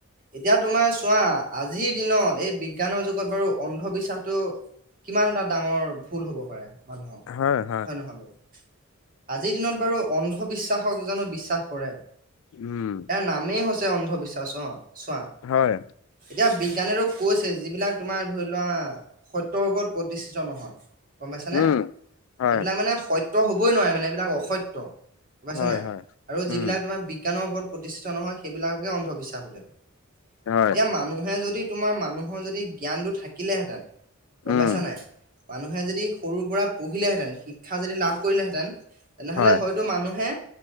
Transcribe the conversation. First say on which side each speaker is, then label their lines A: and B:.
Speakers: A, on the right; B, on the left.
A: এতিয়া তোমাৰ চোৱা। আজিৰ দিনত এই বিজ্ঞানৰ যুগত বাৰু অন্ধবিশ্বাসটো কিমান এটা ডাঙৰ ভুল হ'ব পাৰে মানুহৰ।
B: হয়।
A: হয় নহয় বাৰু? আজিৰ দিনত বাৰু অন্ধবিশ্বাসক জানো বিশ্বাস কৰে?
B: উম।
A: ইয়াৰ নামেই হৈছে অন্ধবিশ্বাচ, অ চোৱা।
B: হয়।
A: এতিয়া বিজ্ঞানেটো কৈছে যিবিলাক তোমাৰ ধৰি লোৱা সত্যৰ ওপৰত প্ৰতিষ্ঠিত নহয়, গম পাইছানে?
B: উম, হয়,
A: এইবিলাক মানে সত্য হ'বই নোৱাৰে মানে এইবিলাক অসত্য। গম পাইছা
B: হয়,
A: নাই?
B: হয়,
A: আৰু
B: উম,
A: যিবিলাক তোমাৰ বিজ্ঞানৰ ওপৰত প্ৰতিষ্ঠিত নহয় সেইবিলাককে অন্ধবিশ্বাস বোলে। এতিয়া
B: হয়,
A: মানুহে যদি তোমাৰ মানুহৰ যদি জ্ঞানটো থাকিলেহেঁতেন। গম
B: উম,
A: পাইছা নাই? মানুহে যদি সৰুৰ পৰা পহিলেহেঁতেন। শিক্ষা যদি লাভ কৰিলেহেঁতেন তেনেহ'লে
B: হয়,
A: হয়টো মানুহে